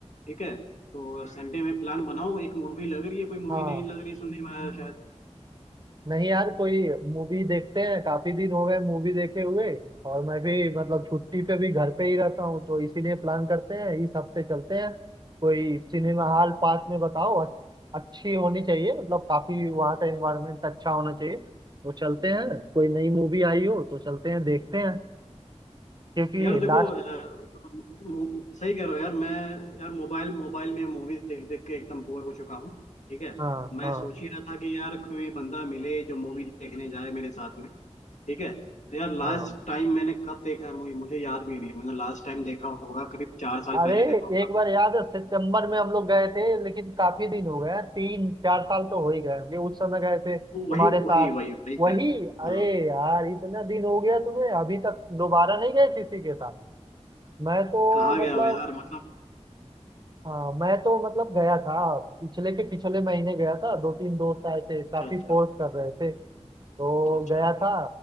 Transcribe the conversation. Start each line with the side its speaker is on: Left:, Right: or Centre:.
Left: ठीक है तो संडे में प्लान बनाओ एक मूवी लग रही है कोई मूवी
Right: हाँ
Left: नहीं लग रही सुनने में आया शायद
Right: नहीं यार कोई मूवी देखते हैं काफी दिन हो गए मूवी देखे हुए और मैं भी मतलब छुट्टी पे भी घर पे ही रहता हूँ तो इसीलिए प्लान करते हैं इस हफ्ते चलते हैं कोई सिनेमा हॉल पास में बताओ अ- अच्छी होनी चाहिए मतलब काफी वहाँ का एनवायरनमेंट अच्छा होना चाहिए तो चलते हैं कोई नई मूवी आई हो तो चलते हैं देखते हैं क्योंकि
Left: यार देखो
Right: लास्ट
Left: अ, मो- सही कह रहे हो यार मैं यार मोबाइल मोबाइल में मूवीज देख देख के एकदम बोर हो चुका हूँ ठीक है
Right: हाँ
Left: मैं
Right: हाँ
Left: सोच ही रहा था कि यार कोई बंदा मिले जो मूवी देखने जाए मेरे साथ में ठीक है यार
Right: हाँ
Left: लास्ट टाइम मैंने कब देखा है मूवी मुझे याद भी नहीं है मैंने लास्ट टाइम देखा होगा करीब चार साल
Right: अरे
Left: पहले देखा होगा
Right: एक
Left: मूवी
Right: बार याद है सितंबर में हम लोग गए थे लेकिन काफी दिन हो गए हैं, तीन चार साल तो हो ही गए होंगे उस समय गए थे तुम्हारे
Left: वही
Right: साथ
Left: वही वही वही कह
Right: वही
Left: रहा
Right: अरे
Left: हूँ हाँ,
Right: यार इतना दिन हो गया तुम्हें अभी तक दोबारा नहीं गए किसी के साथ मैं तो
Left: कहाँ गया
Right: मतलब
Left: हो यार मतलब
Right: हाँ मैं तो मतलब गया था पिछले के पिछले महीने गया था दो तीन दोस्त आए थे काफी
Left: अच्छा अच्छा
Right: फोर्स कर रहे थे तो
Left: अच्छा
Right: गया
Left: अच्छा
Right: था